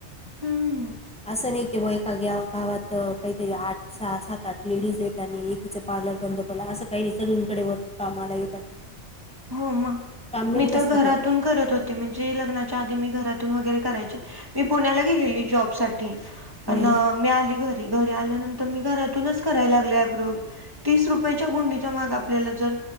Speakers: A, on the right (about 20°); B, in the centre.
A: हम्म.
B: असं नाय केि वय गावात काहीतरी आठ सहा, सात, आठ लेडीज आहेत आणि एकीच पार्लर बंद पडला असं काही सगळींकडे कामाला येतात.
A: हो म
B: काम मिळतंच
A: मी तर
B: सगळ्यांना
A: घरातून करत हो ती लग्नाच्या आधी मी घरातून वगैरे करायची मी पुण्याला गेलेली जॉब साठी पण
B: हो ना
A: मी आली घरी घरी आल्यानंतर मी घरातूनच करायला लागले आय ब्रो वगैरे. तीस रुपयाच्या गुंडीच्या माग आपल्याला जर